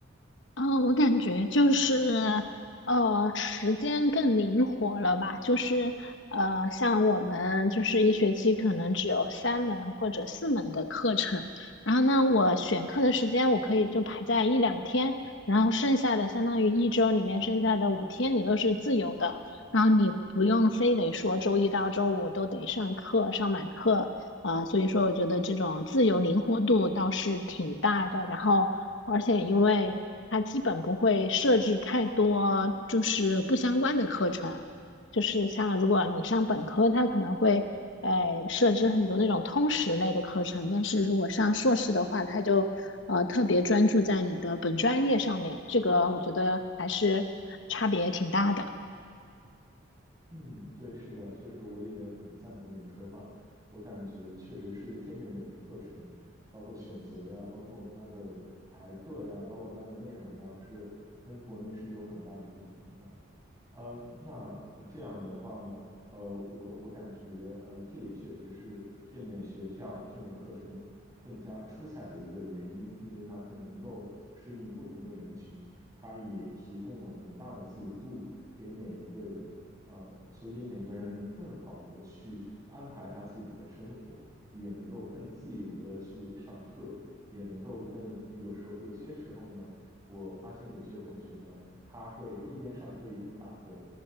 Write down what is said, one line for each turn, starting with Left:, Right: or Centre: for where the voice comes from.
Left: 嗯，我感觉就是，呃，时间更灵活了吧？就是，呃，像我们就是一学期可能只有三门或者四门的课程，然后呢，我选课的时间我可以就排在一两天，然后剩下的相当于一周里面剩下的五天你都是自由的，然后你不用非得说周一到周五都得上课，上满课，啊、所以说我觉得这种自由灵活度倒是挺大的。然后，而且因为它基本不会设置太多就是不相关的课程，就是像如果你上本科，它可能会呃设置很多那种通识类的课程，但是如果上硕士的话，它就呃特别专注在你的本专业上面，这个我觉得还是差别挺大的。
Right: 嗯，对，是的，就是我也很赞同你的说法。我感觉确实是这面的课程，包括选择呀，包括它的排课呀，包括它的内容呀，是跟国内是有很大的不同的。呃，那呃这样的话呢，呃，我我感觉，呃，这也确实是这面学校这面课程更加出彩的一个原因，因为它更能够适应不同的人群，它也提供了很大的自由度给每一个人，呃，所以每个人能更好的去安排他自己的生活，也能够更自由的去上课，也能够更有时候有些时候呢。我发现有些同学呢，他会一边上课一边打工。